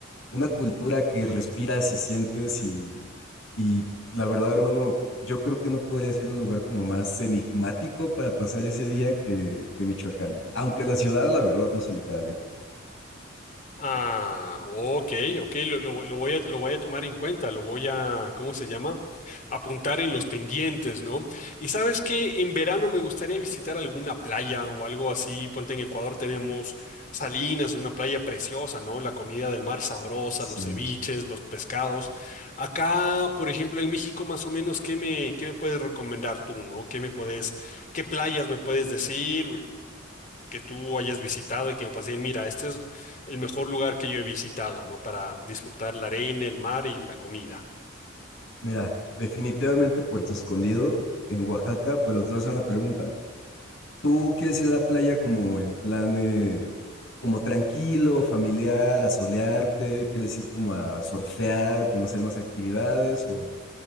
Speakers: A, on the left; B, on the left.
A: una cultura que respiras y sientes y, y la verdad, hermano, yo creo que no podría ser un lugar como más enigmático para pasar ese día que, que Michoacán, aunque la ciudad, la verdad, no se le queda lejos.
B: Ah, ok, ok, lo, lo- lo voy a, lo voy a tomar en cuenta, lo voy a, ¿cómo se llama? Apuntar en los pendientes, ¿no? Y sabes que en verano me gustaría visitar alguna playa o algo así, ponte en Ecuador tenemos Salinas, una playa preciosa, ¿no? La comida del mar sabrosa,
A: Sí,
B: los ceviches, los pescados. Acá, por ejemplo, en México, más o menos, ¿qué me, qué me puedes recomendar tú, ¿no? ¿Qué me puedes, qué playas me puedes decir? que tú hayas visitado y que me puedas decir, mira, este es el mejor lugar que yo he visitado, ¿no? Para disfrutar la arena, el mar y la comida.
A: mira, definitivamente Puerto Escondido en Oaxaca, pero te voy a hacer una pregunta. ¿Tú quieres ir a la playa como en plan, eh, como tranquilo, familiar, a solearte? ¿Quieres ir como a surfear, como a hacer más actividades ¿O,